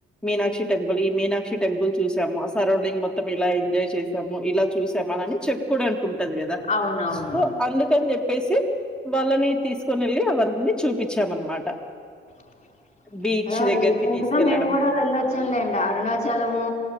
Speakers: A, in the centre; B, on the left.
A: మీనాక్షి టెంపుల్ ఈ మీనాక్షి టెంపుల్ చూసాము ఆ సరవనింగ్ మొత్తం ఇలా ఎంజాయ్ చే చేసాము ఇలా చూసా మహా ని చెప్పుకోవడానికి ఉంటాది కదా
B: అవునవును
A: హా అందుకని పేసి వాళ్ళని తీసుకొని వెళ్ళి అవన్నీ చూపించామన్నమాట
B: <unintelligible>
A: బీచ్ దగ్గరికి
B: రీసెంట్గా
A: తీసుకెళ్ళడం.
B: మేము కూడా వ వెళ్లొచ్చాం లేండి అరుణాచలము